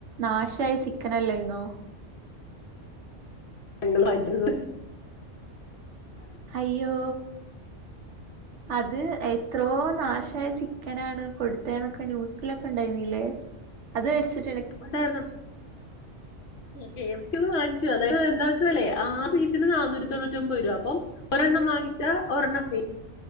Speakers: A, on the right; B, on the left.
A: നാശയ ചി ക്കനല്ലനോ
B: ങ്ങള് വാഴിച്ച്ണ്
A: അയ്യോ
B: അ
A: അത് എത്രോ നാശായ ചിക്കനാണ് കൊടുത്തേ ന്നൊക്കെ ന്യൂസിലൊക്കെ ഉണ്ടായിന്നില്ലേ അത്േടിച്ചിട്ട്
B: ഉണ്ടായിരുന്നു കെ എഫ് സള് വാങ്ങിച്ചു അതായത് എാ ത്തല്ലേ ആ വീട്ടിന്ന് നാനൂറ്റി തൊണ്ണൂറ്റി ഒമ്പത് രൂപ അപ്പൊ ഒരെണ്ണം വാങ്ങിച്ച ഒരെണ്ണം ഫ്രീ